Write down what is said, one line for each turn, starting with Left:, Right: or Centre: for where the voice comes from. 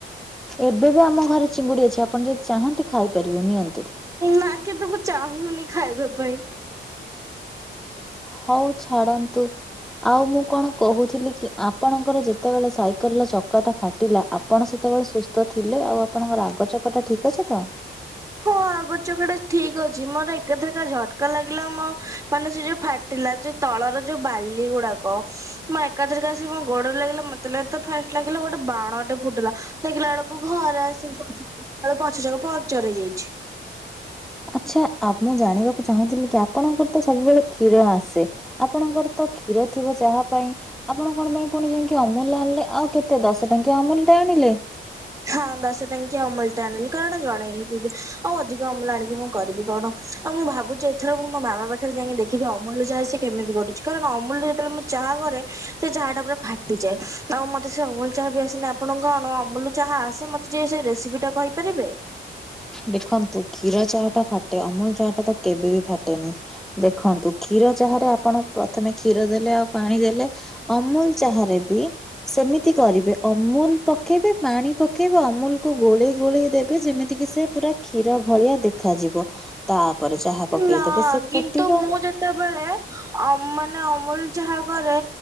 Centre: ଏବେ ବି ଆମ ଘରେ ଚିଙ୍ଗୁଡି ଅଛି, ଆପଣ ଯଦି ଚାହାନ୍ତି ଖାଇପାରିବେ ନିଅନ୍ତୁ।
Right: ନା କିନ୍ତୁ ମୁଁ ଚାହୁନି ଖାଇବା ପାଇଁ।
Centre: ହଉ ଛାଡ଼ନ୍ତୁ। ଆଉ ମୁଁ କଣ କହୁଥିଲି କି, ଆପଣଙ୍କର ଯେତେବେଳେ ସାଇକେଲ ର ଚକାଟା ଫାଟିଲା ଆପଣ ସେତେବେଳେ ସୁସ୍ଥ ଥିଲେ, ଆଉ ଆପଣଙ୍କ ଆଗ ଚକାଟା ଠିକ୍ ଅଛି ତ?
Right: ହଁ ଆଗ ଚକାଟା ଠିକ ଅଛି। ମୋର ଏକାଥରକେ ଝଟକା ଲାଗିଲା, ମୋ ମାନେ ସେ ଯୋଉ ଫା ଟିଲା ଯୋଉ ତଳର ଯୋଉ ବାଲି ଗୁଡାକ, ମୁଁ ଏକାଥରକେ ଆସିକି ମୋ ଗୋଡରେ ଲାଗିଲା। ମତେ ଲାଗି ତ ଫାଷ୍ଟ ଲାଗିଲା ଗୋଟେ ବାଣଟେ ଫୁଟିଲା, ଦେଖିଲା ବେଳକୁ ଘରେ ଆସିକି ପହଞ୍ଚି ଦେଖିଲା ବେଳକୁ ପଛ ଚ ପମ୍ପଚର ହେଇ ଯାଇଚି।
Centre: ଆଚ୍ଛା ଆ ମୁଁ ଜାଣିବାକୁ ଚାହୁଁଥିଲି କି, ଆପଣଙ୍କର ତ ସବୁବେଳେ କ୍ଷୀର ଆସେ ଆପଣଙ୍କର ତ କ୍ଷୀର ଥିବ ଚାହା ପାଇଁ, ଆପଣ କଣ ପାଇଁ ପୁଣି ଯାଇ ଅମୁଲ ଆଣିଲେ, ଆଉ କେତେ ଦଶ ଟଙ୍କିଆ ଅମୁଲଟା ଆଣିଲେ?
Right: ହଁ ଦଶ ଟଙ୍କିଆ ଅମୁଲଟେ ଆଣିଲୁ, କାରଣ ଜଣେ ହିଁ ପିଇବେ। ଆଉ ଅଧିକ ଅମୁଲ ଆଣିକି ମୁଁ କରିବି କଣ? ଆଉ ମୁଁ ଭାବୁଛି, ଏଥର ମୁଁ ମୋ ମାମା ପାଖରେ ଯାଇକି ଦେଖିବି ଅମୁଲ ଚାହା ସେ କେମିତି କରୁଛି? କାରଣ ଅମୁଲ ଯେତେବେଳେ ଚାହା କରେ ସେ ଚାହା ଟା ପୁରା ଫାଟିଯାଏ। ଆଉ ମତେ ସେ ଅମୁଲ ଚାହା ବି ଆସ ନି ଆପଣ କଣ ଅମୁଲ ଚାହା ଆସେ, ମତେ ଟିକେ ସେ ରେସିପି ଟା କହିପାରିବେ?
Centre: ଦେଖନ୍ତୁ କ୍ଷୀର ଚାହାଟା ଫାଟେ, ଅମୁଲ ଚାହାଟା ତ କେବେ ବି ଫାଟେନି। ଦେଖନ୍ତୁ କ୍ଷୀର ଚାହାରେ ଆପଣ ପ୍ରଥମେ କ୍ଷୀର ଦେଲେ ଆଉ ପାଣି ଦେଲେ ଅମୁଲ ଚାହାରେ ବି ସେମିତି କରିବେ ଅମୁଲ ପକେଇବେ ପାଣି ପକେଇବେ ଅମୁଲକୁୁ ଗୋଳେଇ ଗୋଳେଇ ଦେବେ ଯେମିତି କିି ସେ ପୁରା କ୍ଷୀର ଭଳିଆ ଦେଖାଯିବ ତାପରେ ଚାହା ପକେଇଦେବେ
Right: ନା
Centre: ସେ
Right: କିନ୍ତୁ
Centre: ଫୁଟିବ।
Right: ମୁଁ ଯେତେବେଳେ ଅ ମାନେ ଅମୁଲ ଚାହା କରେ